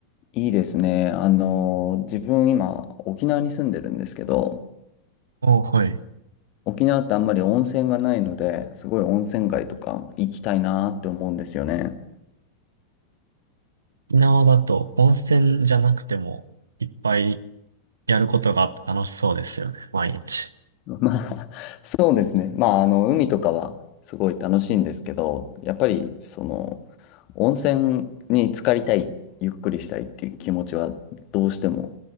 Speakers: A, on the left; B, on the right.
A: いいですね。あの、自分今、沖縄に住んでるんですけど、
B: お、はい。
A: 沖縄ってあんまり温泉がないので、すごい温泉街とか行きたいなーって思うんですよね。
B: 沖縄だと温泉じゃなくてもいっぱいやることがあって楽しそうですよね、毎日。
A: <laughs> まあ、そうですね。まあ、あの、海とかはすごい楽しいんですけど、やっぱり、その、温泉に浸かりたい、ゆっくりしたいっていう気持ちは、どうしても